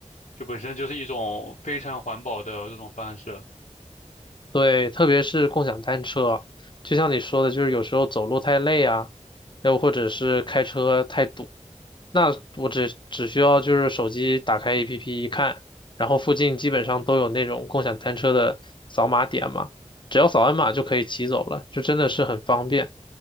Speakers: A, on the left; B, on the left.
A: 就本身就是一种非常环保的这种方式。
B: 对，特别是共享单车，就像你说的，就是有时候走路太累啊，又或者是开车太堵，那我只只需要就是手机打开 APP 一看，然后附近基本上都有那种共享单车的扫码点嘛，只要扫完码就可以骑走了，就真的是很方便。